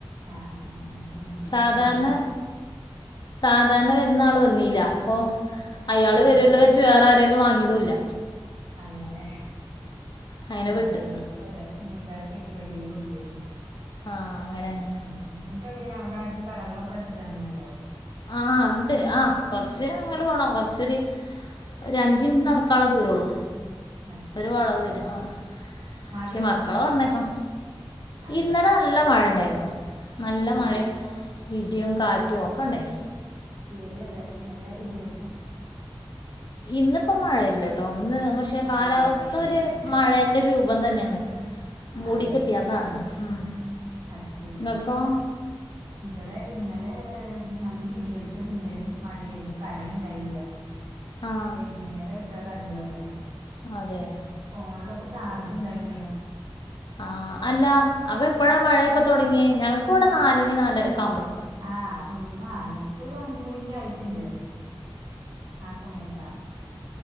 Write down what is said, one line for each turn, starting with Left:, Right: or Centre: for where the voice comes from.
Right: ആഹ് ആഹ് അങ്ങനെ ഞങ്ങക്ക്
Left: സാധാരണ
Right: അങ്ങനെ തന്നെയാ
Left: സാധാരണ വരുന്ന ആള് വന്നീല്ല അപ്പൊ അയാള്
Right: അത്
Left: വെരുവല്ലോന്ന്
Right: ശെരി
Left: വിചാരിച്ച് വേറെ ആരെന്നും വാങ്ങിയതുല്ല
Right: അങ്ങനെ
Left: അങ്ങനെ
Right: ആഹ്
Left: വിട്ട്
Right: ഞങ്ങൾക്കു അതെ മീൻകാര് പെട്ടി വണ്ടിയിൽ കൊണ്ടുവരും
Left: ആ അങ്ങനെ തന്നെ
Right: ഉം നിങ്ങക്ക് എങ്ങനയാ അവിടെ അടുത്ത് കടകളൊക്കെ അടുത്ത് തന്നെയുണ്ടോ
Left: ആഹ് ഇണ്ട് ആഹ് കൊറച്ച് അങ്ങട് പോണം കൊറച്ചൊര് ഒരു അഞ്ചിനിറ്റ് നടക്കാളള ദൂരോള്ളൂ
Right: അത് ശെരി
Left: ഒരു വളവ് തിരിഞ്ഞ് ആഹ്
Right: മഴയുണ്ടോ
Left: പക്ഷെ മക്കളെ
Right: അവിടെ?
Left: പറഞ്ഞയക്കണം
Right: അതെ
Left: ഇന്നലെ നല്ല മഴ ഇണ്ടായിരുന്നു നല്ല
Right: ആഹ്
Left: മഴയും ഇടിയും കാറ്റും ഒക്കെ ഇണ്ടായിനി
Right: ഇവിടെയും അതെ നല്ല ഇടി വെട്ടും
Left: ഇന്നിപ്പോ മഴയില്ല ട്ടോ ഇന്ന് പക്ഷെ
Right: മഴയില്ലാല്ലേ
Left: കാലാവസ്ഥ
Right: ആഹ്
Left: ഒരു
Right: ആഹ് ആഹ്
Left: മഴെൻ്റെ രൂപം തന്നെയാണ് മൂടി
Right: അതെ
Left: കെട്ടിയാന്നാണ്
Right: അങ്ങ്
Left: ഉം.
Right: അത് ശരി
Left: നിങ്ങക്കോ
Right: ഇവിടെ ഇന്നലെ ഏഹ് നല്ല ഇടിവെട്ടും മിന്നലും മഴയും <unintelligible> കരണ്ട്ണ്ടായില്ല
Left: ആ
Right: വെയികുന്നേര ആയപ്പഴാ കരണ്ട് വന്നെ
Left: അതെയാ
Right: ഫോണിലപ്പ ചാർജ് ഇണ്ടായില്ല
Left: ആഹ് അല്ല അപ്പ എപ്പഴാ മഴയൊക്കെ തൊടങ്ങിയെ ഞങ്ങക്ക് ഇവിടെ നാലണി നാലരൊക്കെ ആവുമ്പളാ
Right: ആഹ് ഉം ആഹ് ഞങ്ങക്ക് ഒരു അഞ്ച് മണിയെക്കെ ആയിറ്റ്ണ്ട് ആ സമയത്താ